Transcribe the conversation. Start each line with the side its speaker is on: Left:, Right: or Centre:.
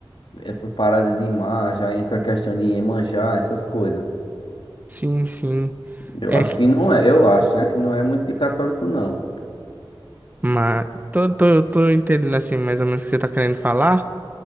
Left: essas paradas de mar já entra a questão de Iemanjá, essas coisas.
Right: Sim, sim.
Left: Eu
Right: É
Left: acho
Right: que
Left: que não é, eu acho, né? Que não é muito de católico, não.
Right: mas tô, tô, tô entendendo assim mais ou menos o que você tá querendo falar.